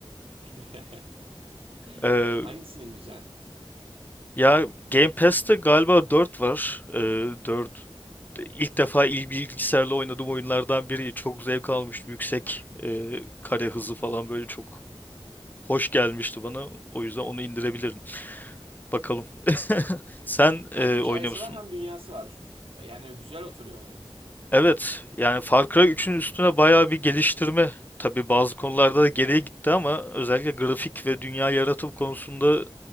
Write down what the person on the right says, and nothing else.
<laughs> <laughs>
Hangisini indireceksin?
Hem
hikayesi
var hem dünyası var. Yani güzel oturuyor oyun.